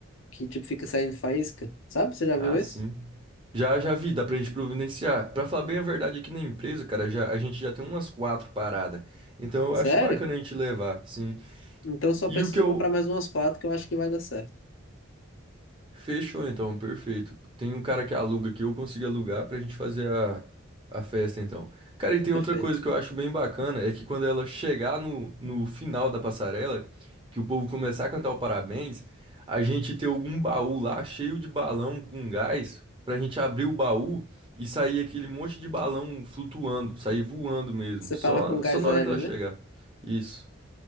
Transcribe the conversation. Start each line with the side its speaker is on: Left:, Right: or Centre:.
Left: que tipo fica saindo faísca. Sabe? Você já
Right: Ah,
Left: viu esse?
Right: sim. Já, já vi, dá pra gente providenciar. Pra falar bem a verdade, aqui na empresa, cara, já, a gente já tem umas quatro paradas. Então eu
Left: Sério?
Right: acho bacana a gente levar, sim.
Left: Então só
Right: E
Left: precisa
Right: o que eu,
Left: comprar mais umas quatro que eu acho que vai dar certo.
Right: Fechou então, perfeito. Tem um cara que aluga que eu consigo alugar pra gente fazer a, a festa então. Cara, e tem
Left: Perfeito.
Right: outra coisa que eu acho bem bacana, é que quando ela chegar no, no final da passarela, que o povo começar a cantar o parabéns, a gente ter algum baú lá cheio de balão com gás, pra gente abrir o baú e sair aquele monte de balão flutuando, sair voando mesmo,
Left: Você
Right: só,
Left: fala com gás
Right: só na
Left: hélio,
Right: hora que ela chegar.
Left: né?
Right: Isso.